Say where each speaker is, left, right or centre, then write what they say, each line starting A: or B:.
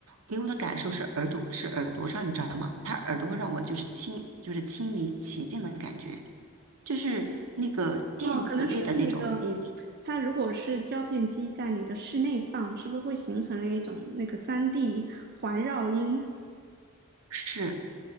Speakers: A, on the right; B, on the right.
A: 给我的感受是耳朵是耳朵上，你知道吗？他耳朵会让我就是亲就是亲临其境的感觉，就是那个电子类的那种音
B: 哦，可能是那个。它如果是胶片机在你的室内放，是不是会形成了一种那个三 d 环绕音，
A: 是。